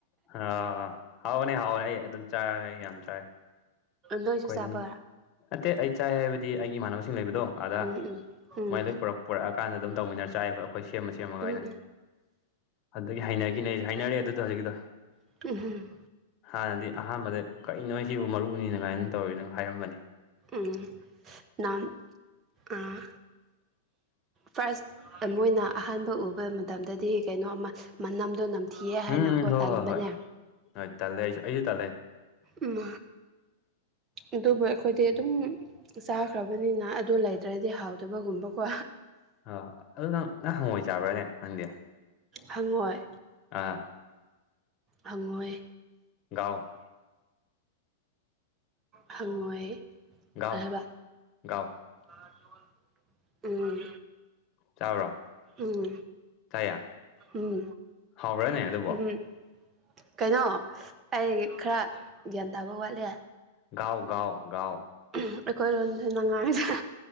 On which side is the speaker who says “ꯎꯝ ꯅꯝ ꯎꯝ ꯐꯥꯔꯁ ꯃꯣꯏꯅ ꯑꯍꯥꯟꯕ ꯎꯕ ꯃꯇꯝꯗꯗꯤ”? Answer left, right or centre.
Right